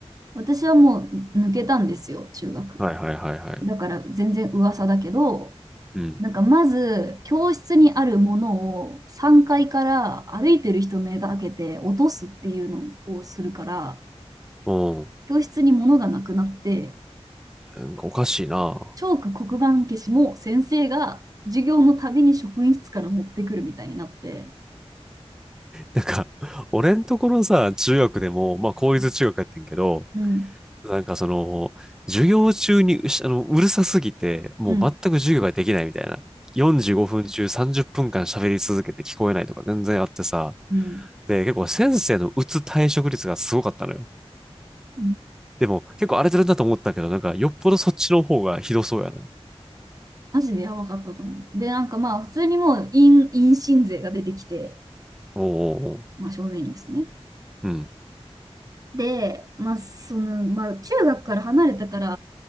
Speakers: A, on the right; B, in the centre.
A: 私はもう抜けたんですよ、中学。
B: はいはいはいはい。
A: だから全然噂だけど、
B: うん。
A: なんかまず教室にあるものを3階から歩いてる人目が開けて落とすっていうのをするから、
B: うん。
A: 教室に物がなくなって、
B: なんかおかしいな。
A: チョーク黒板消しも先生が授業のたびに職員室から持ってくるみたいになって、
B: なんか、俺んところさ、中学でも、まあ、公立中学やってんけど、
A: うん、うん、
B: なんかその、授業中にうしあの、うるさすぎて、もう全く授業ができないみたいな。
A: うん、
B: 45分中30分間喋り続けて聞こえないとか全然あってさ。
A: うん、
B: で、結構先生のうつ退職率がすごかったのよ。
A: うん。
B: でも結構荒れてるんだと思ったけど、なんかよっぽどそっちの方がひどそうやね。
A: マジでやばかったと思う。で、なんかまあ、普通にもう、陰、陰親税が出てきて、
B: おうう
A: まあ、少年院ですね。
B: うん。
A: で、まあ、その、まあ、中学から離れたから、